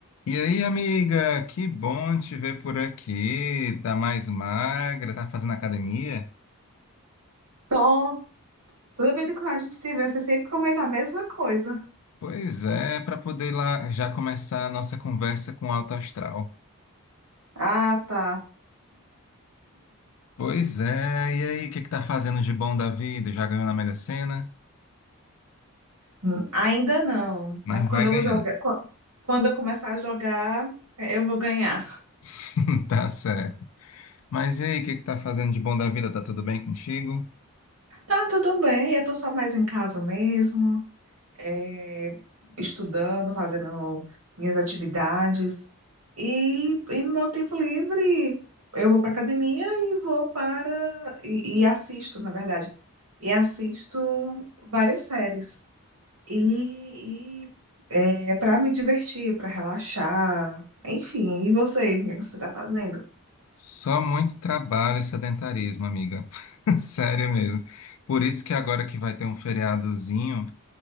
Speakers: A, on the left; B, on the right.
A: E aí, amiga, que bom te ver por aqui. Tá mais magra, tá fazendo academia?
B: Tô. Toda vida que a gente se vê, você sempre comenta a mesma coisa.
A: Pois é, para poder lá já começar a nossa conversa com o alto astral.
B: Ah, tá.
A: Pois é, e aí, o que que tá fazendo de bom da vida? Já ganhou na Mega Sena?
B: Hum, Ainda não.
A: Mas
B: Mas quando
A: vai
B: eu
A: ganhar.
B: jogar, qu- quando eu começar a jogar, eh, eu vou ganhar.
A: <laughs> Tá certo. Mas e aí, o que que tá fazendo de bom da vida? Tá tudo bem contigo?
B: Tá, tudo bem. Eu tô só mais em casa mesmo, eh, estudando, fazendo minhas atividades. E, e no meu tempo livre, eu vou pra academia e vou para. e e assisto, na verdade. E assisto várias séries. E, e para me divertir, para relaxar, enfim. E você, o que é que você está fazendo?
A: Só muito trabalho e sedentarismo, amiga. <laughs> Sério mesmo. Por isso que agora que vai ter um feriadozinho.